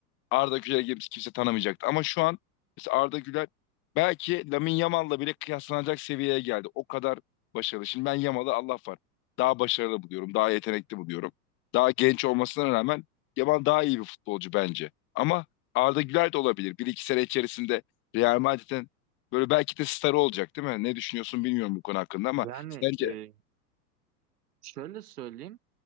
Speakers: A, on the left (about 25°); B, on the right (about 75°).
A: Arda Güler gibi kimse tanımayacaktı. Ama şu an mesela Arda Güler belki Lamine Yamal'la bile kıyaslanacak seviyeye geldi. O kadar başarılı. Şimdi ben Yamal'ı Allah var. Daha başarılı buluyorum. Daha yetenekli buluyorum. Daha genç olmasına rağmen Yamal daha iyi bir futbolcu bence. Ama Arda Güler de olabilir. Bir iki sene içerisinde Real Madrid'in böyle belki de starı olacak değil mi? Ne düşünüyorsun bilmiyorum bu konu hakkında ama
B: Yani
A: sence
B: e, şöyle söyleyeyim,